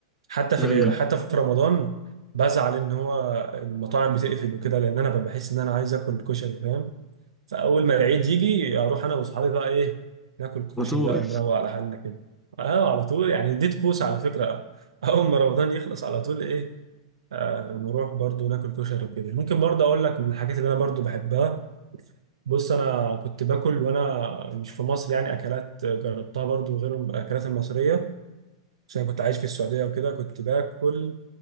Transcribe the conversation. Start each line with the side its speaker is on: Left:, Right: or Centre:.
Right: حتى في
Centre: ايوه
Right: ال- حتى في رمضان بزعل ان هو المطاعم بتقفل وكده لان انا بحس ان انا عايز اكل كشري فاهم فاول ما العيد يجي اروح انا واصحابي بقى ايه ناكل كشري
Centre: على طول
Right: بقى ونروق على حالنا كده اه على طول يعني دي طقوس على فكره <laughs> اول ما رمضان يخلص على طول ايه آه نروح برضو ناكل كشري وكده ممكن برضو اقول لك من الحاجات اللي انا برضو بحبها بص انا كنت باكل وانا مش في مصر يعني اكلات جربتها برضو غير الاكلات المصريه عشان كنت عايش في السعودية وكده كنت باكل